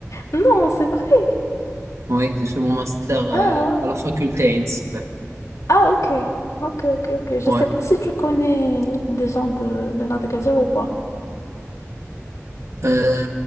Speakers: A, on the left; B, on the right.
A: Non, c'est vrai.
B: Oui, j'ai fait mon master euh,
A: Ah ouais.
B: à la faculté à Innsbruck.
A: Ah, ok. Ok, ok, ok. Je
B: Ouais,
A: sais pas si tu connais des gens de, de Nadagadja ou pas.
B: euh,